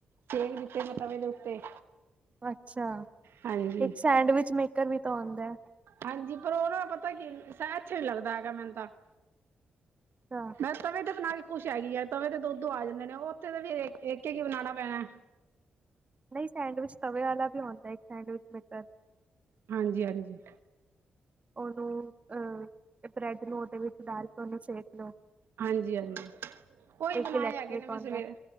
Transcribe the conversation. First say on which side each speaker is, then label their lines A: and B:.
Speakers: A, on the right; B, on the right.
A: ਸੇਕ ਦਿੱਤੇ ਮਤਲਬ ਤਵੇ ਉੱਤੇ
B: ਅੱਛਾ <inaudible>
A: ਹਾਂਜੀ
B: ਇੱਕ ਸੈਂਡਵਿਚ ਮੇਕਰ ਵੀ ਤਾਂ ਆਉਂਦਾ।
A: ਹਾਂਜੀ ਪਰ ਉਹਨਾਂ ਪਤਾ ਕੀ ਅੱਛਾ ਵੀ ਲੱਗਦਾ ਹੈਗਾ ਮੈਨੂੰ ਤਾਂ <inaudible>
B: ਚਾ।
A: ਮੈਂ ਤਵੇ ਤੇ ਬਣਾ ਕੇ ਖੁਸ਼ ਹੈਗੀਏ ਤਵੇ ਦੇ ਦੋ-ਦੋ ਆ ਜਾਂਦੇ ਨੇ ਉਹ ਉੱਥੇ ਤਾਂ ਫਿਰ ਇੱਕ-ਇੱਕ ਹੀ ਬਣਾਣਾ ਪੈਣਾ।
B: ਨਹੀਂ ਸੈਂਡਵਿਚ ਤਵੇ ਵਾਲਾ ਵੀ ਆਉਂਦਾ ਇੱਕ ਸੈਂਡਵਿਚ ਮੇਕਰ
A: ਹਾਂਜੀ-ਹਾਂਜੀ।
B: ਉਹਨੂੰ, ਅਹ, ਬ੍ਰੈਡ ਨੂੰ ਉਹਦੇ ਵਿੱਚ ਡਾਲ ਕੇ ਉਹਨੂੰ ਸੇਕ ਲੋ।
A: ਹਾਂਜੀ-ਹਾਂਜੀ <unintelligible> ਬਣਾਏ
B: ਇਲੈਕਟ੍ਰਿਕ
A: ਹੈਗੇ ਨੇ ਮੈਂ
B: ਆਉਂਦਾ
A: ਸਵੇਰੇ